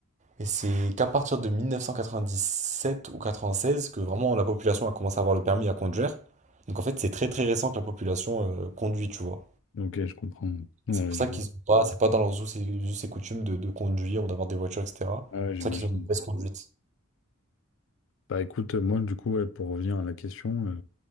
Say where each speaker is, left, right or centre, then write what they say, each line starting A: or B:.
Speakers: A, on the right; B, on the left.
A: Et c'est qu'à partir de 1997 ou 96 que vraiment la population a commencé à avoir le permis à conduire. Donc en fait, c'est très très récent que la population euh, conduit, tu vois.
B: Ok, je comprends. Ouais,
A: Et c'est pour
B: ouais,
A: ça
B: je vois.
A: qu'ils ont pas, c'est pas dans leurs us et, us et coutumes de, de conduire ou d'avoir des voitures, etc.
B: Ah ouais,
A: C'est
B: j'imagine.
A: pour ça qu'ils ont une mauvaise conduite.
B: Bah écoute, moi du coup, ouais, pour revenir à la question, euh,